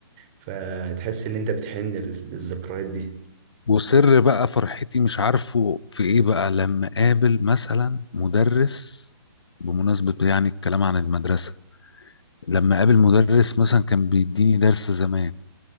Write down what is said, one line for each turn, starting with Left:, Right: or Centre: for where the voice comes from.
Right: فتحس إن أنت بتحن للذكريات دي
Left: وسر بقى فرحتي مش عارفه في ايه بقى لما قابل مثلا مدرس بمناسبة يعني الكلام عن المدرسة لما قابل مدرس مثلا كان بيديني درس زمان